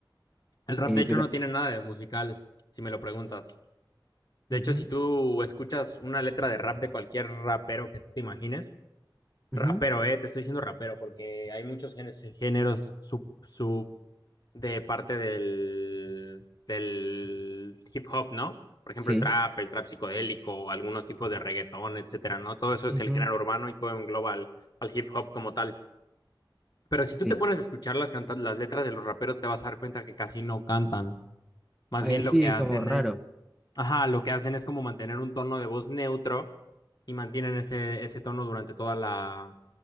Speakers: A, on the left; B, in the centre.
A: El rap
B: Eh,
A: de hecho
B: pero.
A: no tiene nada de musical, si me lo preguntas. De
B: ujú,
A: hecho, si tú escuchas una letra de rap de cualquier rapero que tú te imagines, rapero,
B: ujú,
A: eh, te estoy diciendo rapero, porque hay muchos géneros, géneros sub, sub de parte del, del hip hop, ¿no? Por ejemplo,
B: Sí.
A: el trap, el trap psicodélico, algunos tipos de reggaetón, etcétera, ¿no? Todo eso es
B: ujú,
A: el género urbano y todo engloba al, al hip hop como tal. Pero si
B: Sí.
A: tú te pones a escuchar las, canta- las letras de los raperos, te vas a dar cuenta que casi no cantan. Más
B: Eh,
A: bien
B: sí,
A: lo que
B: es
A: hacen
B: como raro.
A: es, ajá, lo que hacen es como mantener un tono de voz neutro y mantienen ese, ese tono durante toda la,